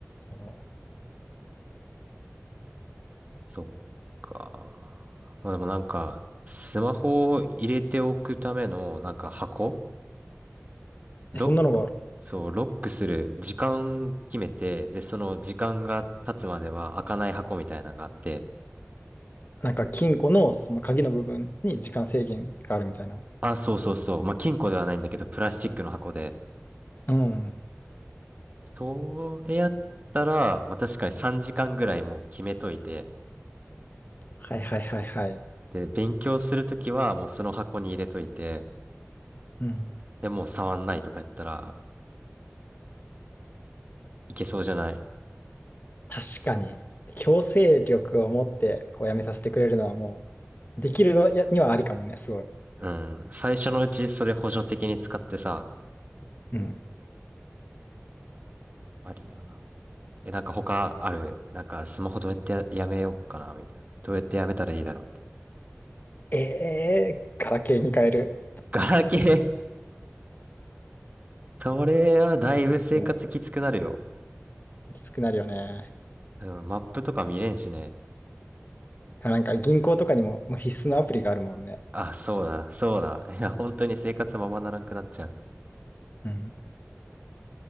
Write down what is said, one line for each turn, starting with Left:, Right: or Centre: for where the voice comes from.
Left: そ
Right: そっか。まあでもなんか、スマホを入れておくための、なんか箱ロック、
Left: う。そんなのが、
Right: そう、ロックする時間決めて、で、その時間が経つまでは開かない箱みたいなのがあって、
Left: なんか金庫のその鍵の部分に時間制限があるみたいな。
Right: あ、そうそうそう。まあ、金庫ではないんだけど、プラスチックの箱で、
Left: うん。
Right: それやったら、まあ、確かに3時間ぐらいもう決めといて、
Left: はいはいはいはい。
Right: で、勉強するときはもうその箱に入れといて、
Left: うん。
Right: で、もう触んないとかやったらいけそうじゃない
Left: 確かに、強制力を持ってこうやめさせてくれるのはもう、できるのやにはありかもね、すごい。
Right: うん。最初のうちそれ補助的に使ってさ、
Left: うん。
Right: ありやな。え、なんか他ある、なんかスマホどうやってや、やめようかな、みたいな。どうやってやめたらいいだろうって。
Left: ええガラケーに変える。
Right: ガラケー <laughs> それはだいぶ生活きつくなるよ。
Left: うんきつくなるよね。
Right: うん、マップとか見れんしね。
Left: なんか銀行とかにも、もう必須のアプリがあるもんね。
Right: あ、そうだ、そうだ。いや、本当に生活ままならんくなっちゃう。
Left: うん。